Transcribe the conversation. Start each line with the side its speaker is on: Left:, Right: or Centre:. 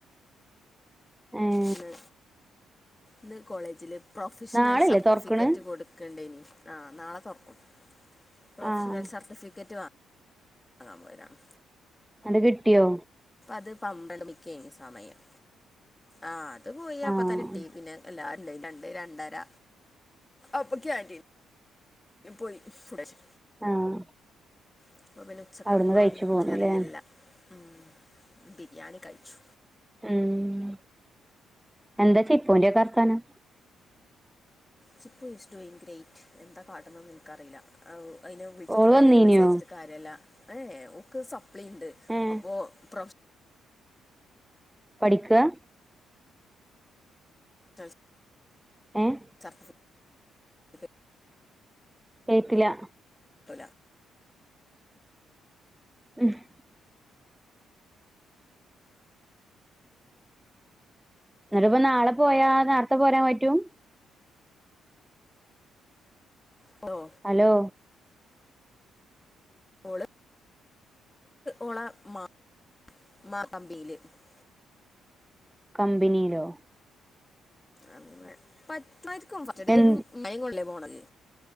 Centre: ഏഹ്
Left: ഇന്ന് ഇന്ന്കോളേജില് പ്രൊഫഷണൽ
Centre: നാളെല്ലേ
Left: സർട്ടിഫിക്കറ്റ്
Centre: തൊറക്ക്ണ്
Left: കൊട് ക്കൽഇണ്ടയ്നി ആഹ് നാളെതൊർക്കും പ്രൊഫഷണൽ
Centre: ആഹ്
Left: സർട്ടിഫിക്കറ്റ് വാങ്ങ ങ്ങാൻ പോയതാണ്.
Centre: ന്നട്ട്കിട്ടിയോ?
Left: അപ്പത് പമ്പമണിക്കെയ്നിസമയം ആഹ് അത്പോയി
Centre: ആഹ്
Left: അപ്പത്തേകിട്ടി പിന്നെ എല്ലരുണ്ടയ്നി രണ്ട് രണ്ടെര അപ്പൊ ക്യാന്റീൻ ന് പോയി ഫുടയ്ചു.
Centre: ആഹ്
Left: ആപ്പോപിന്നെ ഉച്ചെക്കെതന്ന്
Centre: അവ്ട്ന്ന് കഴിച്ചു
Left: ഇക്കറിയില്ല
Centre: പോന്നുല്ലേ
Left: ഉം ബിരിയാണികയ്ച്ചു.
Centre: ഉം എന്താചിപ്പൂന്റെക്കെ വർത്താനം?
Left: ചിപ്പു ഈസ് ടു ഇൻഗ്രേയ്റ്റ് എന്താ കാട്ട്ണ്ന്ന് ഇൻക്കറില്ല അവ് അയ്ന് വിളിച്ചിട്ട്
Centre: ഓള്
Left: കാര്യല്ല
Centre: വന്നീനോ
Left: മെസേജ്അയച്ചിട്ട് കാര്യല്ല ഏഹേഓൾക്ക് സപ്ലീണ്ട്
Centre: ഏഹ്
Left: അപ്പോപ്രോഫ്ശ്
Centre: പഠിക്കാഹ്?
Left: <unintelligible>
Centre: ഏഹ് കേട്ടില
Left: ട്ടൂല-
Centre: <unintelligible> ന്നാലുപ്പോ നാളെപോയാ നാർത്തെ പോരാൻപറ്റും?
Left: ഹലോ
Centre: ഹലോ
Left: ഓള് ഓളെ മാ <unintelligible>
Centre: കമ്പനീലോ?
Left: അങ്ങനെ പറ്റുവായിരിക്കും ഫറ്റ്ഡേ
Centre: എൻ
Left: ഇമ്മാനിം കൊല്ലേ പോണത്